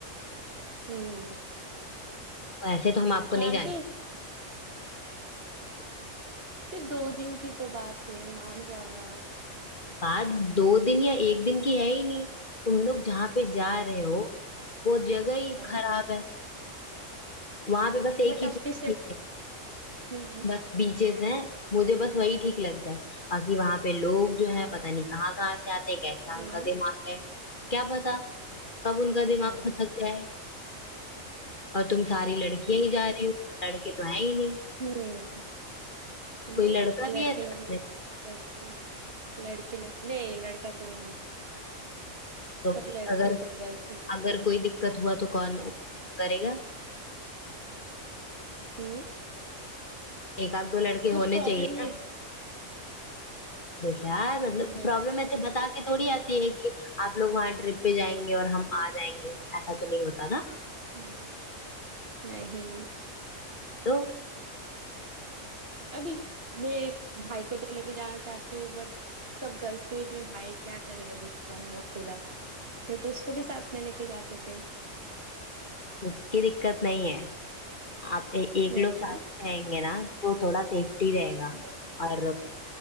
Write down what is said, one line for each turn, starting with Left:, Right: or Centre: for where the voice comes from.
Right: हम्म
Left: और ऐसे तो हम आपको
Right: जानते
Left: नहीं जाने
Right: हैं,
Left: देंगे
Right: सिर्फ दो दिन की तो बात है मान जाओ ना आप
Left: बात दो दिन या एक दिन की है ही नहीं तुम लोग जहाँ पे जा रहे हो वो जगह ही
Right: हाँ
Left: खराब है वहां पे बस
Right: बट
Left: एक ही
Right: अपनी
Left: चीज
Right: से
Left: ठीक है
Right: हम्म
Left: बस बीचेस हैं मुझे बस वही ठीक लगता है बाकी वहां पे लोग जो है पता नहीं कहाँ कहाँ से आते हैं कैसा
Right: हम्म
Left: उनका दिमाग है क्या पता कब उनका
Right: हाँ
Left: दिमाग खसक जाए और तुम सारी लड़कियां
Right: हम्म
Left: ही जा रही हो लड़के तो है ही नहीं
Right: हम्म,
Left: तो
Right: नहीं
Left: कोई लड़का भी
Right: लड़के
Left: है साथ
Right: लोग लड़के
Left: में
Right: लड़के लोग नहीं लड़का कोई नहीं
Left: तो
Right: सब लड़कीज
Left: अगर
Right: है गर्ल्स ही है
Left: अगर कोई दिक्कत हुआ तो कौन करेगा
Right: हम्म
Left: एक आध दो लड़के
Right: कुछ
Left: होने
Right: प्रॉब्लम
Left: चाहिए
Right: नहीं
Left: ना बेटा मतलब
Right: लड़के
Left: प्रॉब्लम
Right: को
Left: ऐसे
Right: होना
Left: बता
Right: चाहिए
Left: के थोड़ी आती है कि आप लोग वहां ट्रिप पे जाएंगे और हम आ जाएंगे ऐसा तो नहीं होता ना
Right: हम्म, नहीं
Left: तो
Right: अभी मैं भाई को तो लेके जाना चाहती हूँ बट सब गर्ल्स के बीच में भाई क्या करेगा बेचारा वो अकेला नहीं तो उसको भी साथ में लेके जाते थे
Left: उसकी दिक्कत नहीं है आप ए, एक
Right: हम्म
Left: लोग साथ में रहेंगे ना तो थोड़ा सेफ्टी रहेगा
Right: हाँ
Left: और